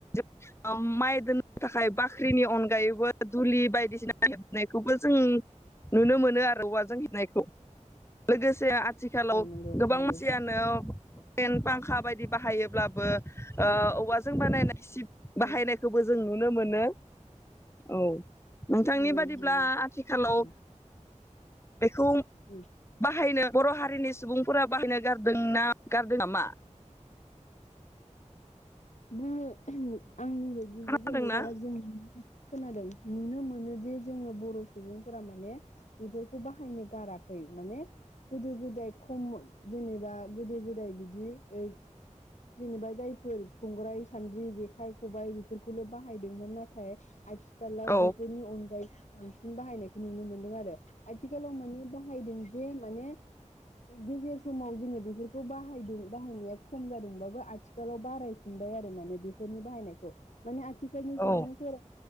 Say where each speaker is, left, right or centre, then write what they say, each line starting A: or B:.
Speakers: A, on the left; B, on the left.
A: <inaudible> माइ दोननो थाखाय बाख्रिनि अनगायैबो दुलि बायदिसिना हेबनायखौबो जों नुनो मोनो आरो औवाजों हेबनायखौ लोगोसे आथिखालाव
B: औ नंगौ
A: गोबां
B: नंगौ
A: मानसियानो एन पांखा बायदि बाहायोब्लाबो ओ औवाजों बानायनाय गिसिब बाहायनायखौबो
B: उम
A: जों नु नो मोनो औ नोंथांनि
B: नंगौ
A: बादिब्ला
B: नंगौ
A: आथिखालाव
B: उम
A: बेखौ
B: उम
A: बाहायनो बर' हारिनि सुबुंफोरा बाहायनो गारदों ना गारदो नामा
B: <inaudible> आंनि बायदिबो
A: खोनादोंना
B: जेनेबा जों खोनादों नुनो मोनोदि जोङो बर' सुबुंफोरा माने बेफोरखौ बाहायनो गाराखै माने गोदो गोदाय खम जेनेबा गोदो गोदाय बिदि ओ जेनेबा जायफोर संग्राय सान्द्रि जेखाइ खबाइ बेफोरखौल' बाहाय दोंमोन नाथाय आथिखालाव
A: औ
B: बेफोरनि अनगायै बांसिन बाहायनायखो नुनो मोनदों आरो आथिखालाव माने बाहायदों जे माने गेजेर समाव जोङो बेफोरखौ बाहायदों बाहायनाया खम जादोंबाबो आथिखालाव बाराय फिनबाय आरो माने बेफोरनि बाहायनायखौ माने आ थिखालनि सुबुंफोर
A: औ